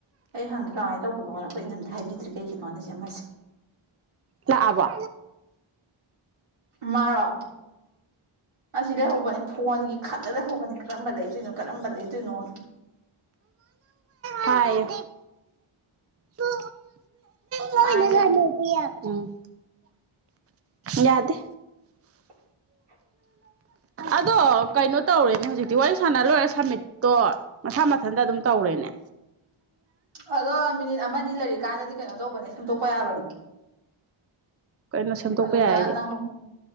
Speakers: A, on the right; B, on the right.
A: ꯑꯩ ꯍꯪꯒꯦ ꯀꯃꯥꯏꯅ ꯇꯧꯕꯅꯣꯅ ꯑꯩꯈꯣꯏ ꯏꯅꯝꯗ ꯍꯥꯏꯕꯤꯗ꯭ꯔꯦ ꯀꯩꯒꯤꯅꯣ ꯍꯥꯏꯅꯁꯦ ꯑꯃꯁꯦ
B: ꯂ ꯑꯕ
A: ꯃꯥꯔꯣ ꯑꯁꯤꯗꯒꯤꯩ ꯍꯧꯕꯅꯤ ꯐꯣꯟꯒꯤ ꯈꯜꯂ ꯂꯩ ꯍꯧꯕꯅꯤ ꯀꯔꯝꯕ ꯂꯩꯗꯣꯏꯅꯣ ꯀꯔꯝꯕ ꯂꯩꯗꯣꯏꯅꯣꯅ
B: ꯍꯥꯏ ꯐ ꯐꯅꯅꯗ
A: ꯍꯥꯏꯒꯦ
B: ꯎꯝ ꯌꯥꯗꯦ
A: <unintelligible>
B: ꯑꯗꯣ ꯀꯩꯅꯣ ꯇꯧꯔꯦꯅꯦ ꯍꯧꯖꯤꯛꯇꯤ ꯋꯥꯔꯤ ꯁꯥꯟꯅꯔꯣꯏꯔꯦ ꯁꯃꯤꯠꯇꯣ ꯃꯁꯥ ꯃꯊꯟꯇ ꯑꯗꯨꯝ ꯇꯧꯔꯦꯅꯦ
A: ꯑꯗꯣ ꯃꯤꯅꯤꯠ ꯑꯃꯅꯤ ꯂꯩꯔꯤꯛꯀꯥꯟꯗꯗꯤ ꯀꯩꯅꯣ ꯇꯧꯕꯅꯦ ꯁꯦꯝꯗꯣꯛꯄ ꯌꯥꯕꯅꯦ
B: ꯀꯩꯅꯣ ꯁꯦꯝꯗꯣꯛꯄ
A: ꯑꯗꯨꯗ
B: ꯌꯥꯏ ꯍꯥꯏꯁꯦ
A: ꯅꯪ